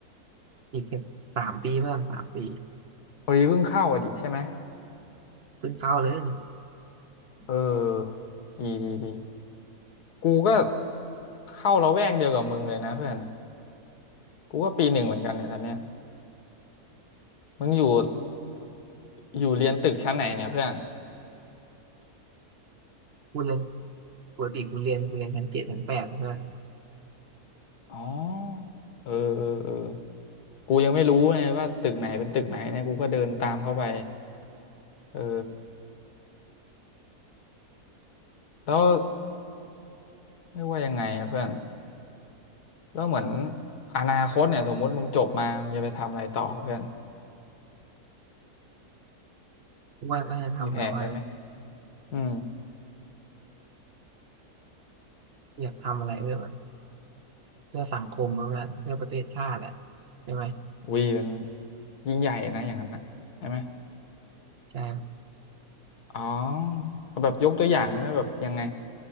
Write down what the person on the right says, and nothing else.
อีกแค่สามปีเพื่อนสามปี
เพิ่งเข้าเลยเนี่ย
กูเรียนปกติกูเรียนกูเรียนชั้นเจ็ดชั้นแปดเพื่อน
กูว่าน่าจะทำแบบว่า
อยากทำอะไรเพื่อแบบเพื่อสังคมเพื่อนเพื่อประเทศชาติอะใช่ไหม
ใช่